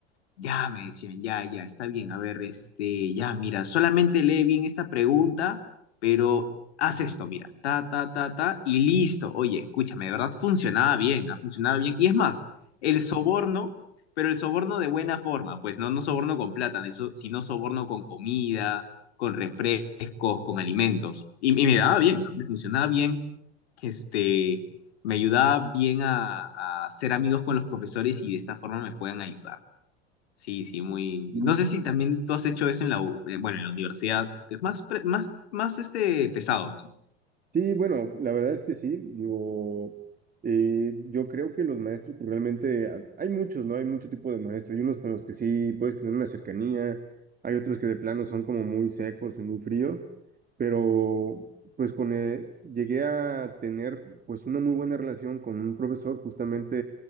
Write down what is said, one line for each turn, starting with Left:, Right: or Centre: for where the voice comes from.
Left: Ya me decían, ya, ya, está bien. A ver, este, ya, mira, solamente lee bien esta pregunta, pero haz esto, mira, ta, ta, ta, ta, y listo. Oye, escúchame, de verdad funcionaba bien, ha funcionado bien. Y es más, el soborno, pero el soborno de buena forma, pues no, no soborno con plata, de eso- sino soborno con comida, con refrescos, con alimentos. Y, y me daba bien, ah, me funcionaba bien, este, me ayudaba bien a, a ser amigos con los profesores y de esta forma me pueden ayudar. Sí, sí, muy.
Right: Mm,
Left: No sé si también tú has hecho eso en la, u- eh, bueno, en la universidad, que es más, pre- más, más este pesado, ¿no?
Right: Sí, bueno, la verdad es que sí. Digo, eh, yo creo que los maestros pues, realmente, a- hay muchos, ¿no? Hay mucho tipo de maestros. Hay unos con los que sí puedes tener una cercanía, hay otros que de plano son como muy secos y muy fríos, pero pues con, eh, llegué a tener pues una muy buena relación con un profesor justamente